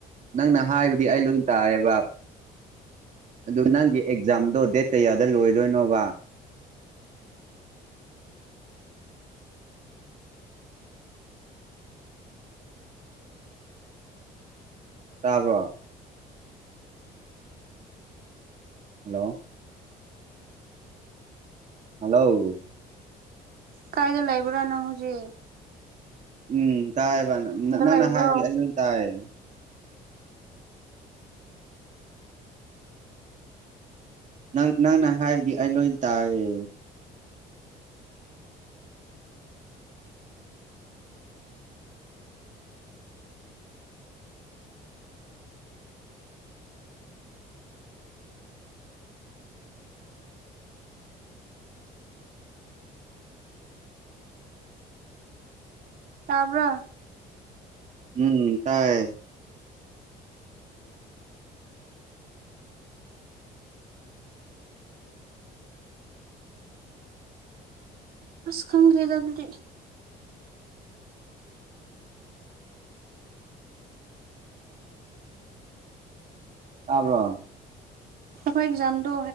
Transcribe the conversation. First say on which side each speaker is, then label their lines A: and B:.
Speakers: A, on the right (about 45°); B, on the right (about 60°).
A: ꯅꯪꯅ ꯍꯥꯏꯕꯗꯤ ꯑꯩ ꯂꯣꯏ ꯇꯥꯏꯌꯦꯕ ꯑꯗꯨ ꯅꯪꯒꯤ ꯑꯦꯛꯖꯥꯝꯗꯣ ꯗꯦꯠ ꯀꯌꯥꯗ ꯂꯣꯏꯗꯣꯏꯅꯣꯕ ꯇꯥꯕ꯭ꯔꯣ ꯍꯜꯂꯣ ꯍꯜꯂꯣ
B: ꯀꯥꯏꯗ ꯂꯥꯏꯕ꯭ꯔꯥ ꯅꯍꯧꯖꯤꯛ
A: ꯎꯝ ꯇꯥꯏꯕ ꯅꯪꯅ
B: ꯂꯩꯕ꯭ꯔꯣ
A: ꯍꯥꯏꯒ ꯑꯩ ꯂꯣꯏ ꯇꯥꯏꯌꯦ ꯅꯪ ꯅꯪꯅ ꯍꯥꯏꯔꯗꯤ ꯑꯩ ꯂꯣꯏ ꯇꯥꯏꯌꯦ
B: ꯇꯥꯕ꯭ꯔꯣ
A: ꯎꯝ ꯇꯥꯏ
B: ꯑꯁ ꯈꯟꯗꯔꯤꯗ ꯑꯗꯨꯗꯤ
A: ꯇꯥꯕ꯭ꯔꯣ
B: ꯑꯀꯍꯧ ꯑꯛꯖꯥꯝꯗꯣ